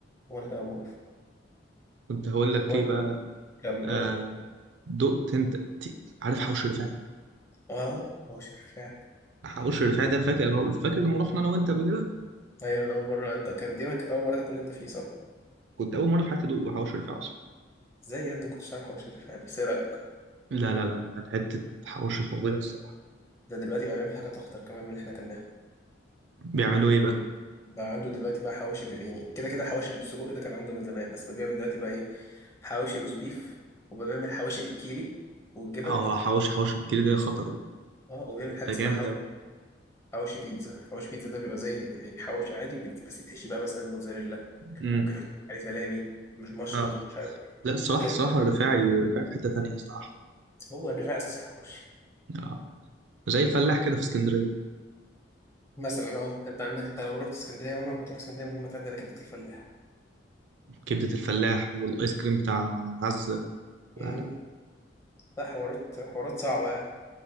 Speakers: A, on the left; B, on the right.
A: وانا كمان موافق
B: كنت هقول لك
A: المهم
B: ايه بقى
A: كمل
B: آه
A: اه
B: دقت انت ت- عارف حوش رفاعي
A: اه حوش الرفاعي
B: حوش رفاعي ده فاكر انا فاكر لما رحنا انا وانت قبل كده
A: ايوه انا اول مرة انت كان دي ما كانت اول مرة تاكل انت فيه صح
B: كنت اول مره في حياتي ادوق حوش رفاعي اصلا
A: ازاي يا ابني كنتش عارف حوش الرفاعي بس ايه رأيك
B: لا لا لا كان حته حوش فظيع الصراحه
A: ده دلوقتي بقى بيعمل حاجات اخطر كمان من اللي احنا كلناها
B: بيعملوا ايه بقى
A: بقى عنده دلوقتي بقى حواوشي ب- يعني كده كده الحواوشي اللي بالسجق ده كان عنده من زمان بس بقى بيعمل دلوقتي بقى ايه حواوشي روز بيف وبقى بيعمل حواوشي بالكيري والجبن
B: اه حوش حوش الكيلو ده خطر ده
A: اه وبيعمل
B: ده
A: حاجه اسمها
B: جامد
A: حوش
B: قوي
A: حوش بيتزا حوش بيتزا ده بيبقى زي يعني حوش عادي بت- بس يتحشي بقى مثلا موتزاريلا
B: امم
A: وممكن يحط عليه سلامي مش مشروم
B: اه
A: مش عارف ايه
B: لا الصراحة
A: كده
B: الصراحة الرفاعي الرفاعي في حتة تانية الصراحة
A: هو الرفاع اساس الحوش
B: آه. زي الفلاح كده في اسكندرية
A: مثلا اه انت عندك انت لو رحت اسكندريه عمرك ما تروح اسكندريه من غير ما تعدي على كبده الفلاح
B: كبدة الفلاح والآيس كريم بتاع عزة
A: امم
B: لا لا
A: لا حوارات حوارات صعبه يعني